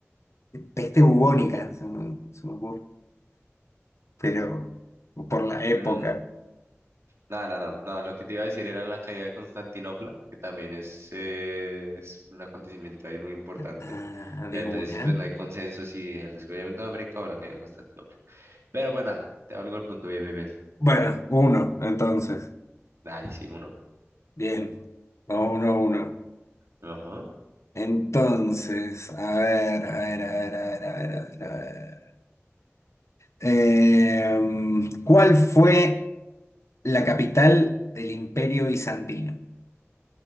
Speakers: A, on the left (about 80°); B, on the right (about 70°).
A: peste bubónica, se me, se me ocurre, pero por la época.
B: Mm, no, no, no, no, lo que te iba a decir era la caída de Constantinopla, que también es, eh, es un acontecimiento ahí muy importante.
A: Ah,
B: Pero
A: de
B: Entonces,
A: una.
B: pues no hay consenso si el descubrimiento de América o la caída de Constantinopla. Pero bueno, te valgo el punto bien, bien, bien.
A: Bueno, uno, entonces.
B: Dale, sí, uno.
A: Bien, vamos uno a uno.
B: Ajá.
A: Entonces, a ver, a ver, a ver, a ver, a ver, a ver. a ver. Em, ¿cuál fue la capital del Imperio Bizantino?